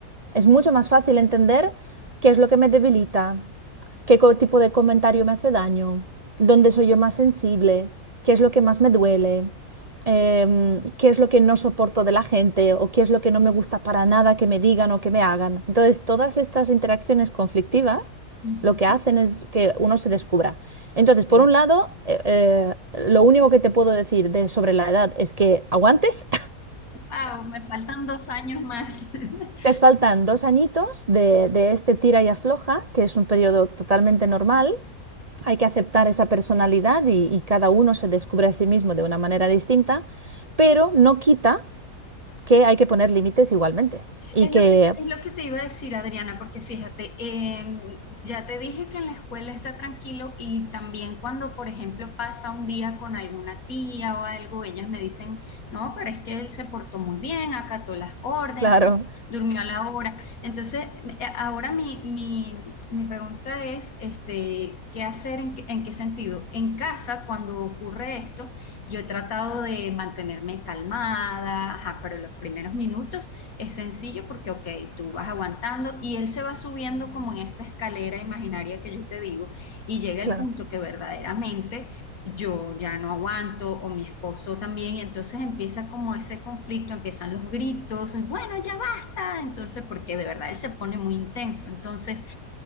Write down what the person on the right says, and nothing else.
es mucho más fácil entender qué es lo que me debilita, qué co- tipo de comentario me hace daño, dónde soy yo más sensible, qué es lo que más me duele, em, qué es lo que no soporto de la gente o qué es lo que no me gusta para nada que me digan o que me hagan. Entonces, todas estas interacciones conflictivas
lo que hacen es que uno se descubra.
Entonces, por un lado, eh, eh, lo único que te puedo decir de, sobre la edad es que aguantes
Te faltan dos añitos de, de este tira y afloja, que es un periodo totalmente normal. Hay que aceptar esa personalidad y, y cada uno se descubre a sí mismo de una manera distinta, pero no quita que hay que poner límites igualmente. Y
que,
claro,
claro,